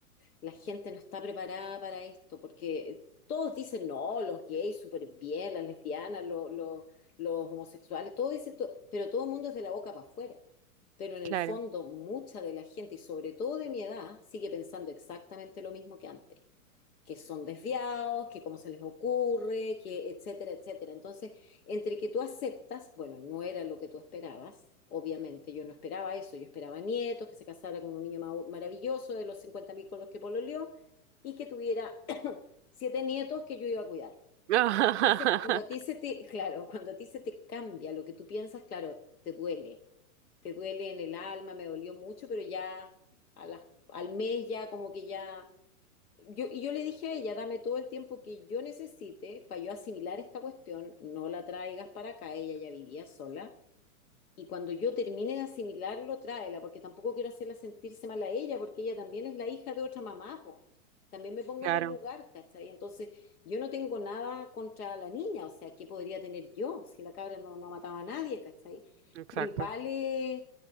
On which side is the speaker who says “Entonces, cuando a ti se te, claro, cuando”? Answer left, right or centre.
Left